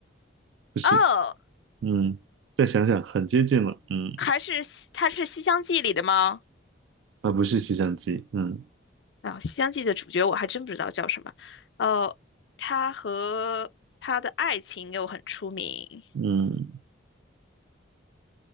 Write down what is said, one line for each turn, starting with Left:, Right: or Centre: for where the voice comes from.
Right: 不是，
Left: 哦，
Right: 嗯，再想想，很接近了，嗯，
Left: 还是西它是《西厢记》里的吗？
Right: 啊，不是洗相机，嗯
Left: 啊、西厢记》的主角我还真不知道叫什么。哦，他和他的爱情又很出名，
Right: 嗯